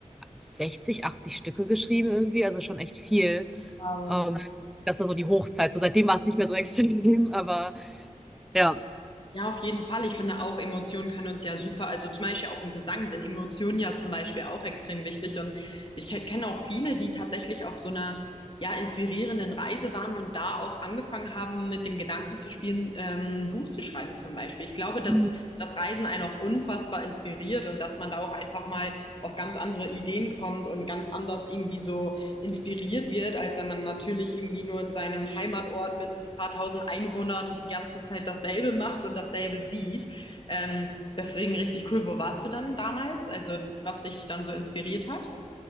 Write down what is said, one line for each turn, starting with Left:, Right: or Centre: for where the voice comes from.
Centre: 60, 80 Stücke geschrieben irgendwie, also schon echt viel.
Left: Wow.
Centre: Ähm, das war so die Hochzeit. So seitdem war es nicht mehr so <laughs> extrem, aber ja.
Left: Ja, auf jeden Fall. Ich finde auch, Emotionen können uns ja super, also zum Beispiel auch im Gesang sind Emotionen ja zum Beispiel auch extrem wichtig. Und ich kenne auch viele, die tatsächlich auf so einer, ja, inspirierenden Reise waren und da auch angefangen haben, mit dem Gedanken zu spielen, ähm, ein Buch zu schreiben zum Beispiel. Ich glaube, dass
Centre: Mhm.
Left: das Reisen einen auch unfassbar inspiriert und dass man da auch einfach mal auf ganz andere Ideen kommt und ganz anders irgendwie so inspiriert wird, als wenn man natürlich irgendwie nur in seinem Heimatort mit ein paar tausend Einwohnern die ganze Zeit dasselbe macht und dasselbe sieht. Ähm, deswegen richtig cool. Wo warst du dann damals? Also was dich dann so inspiriert hat?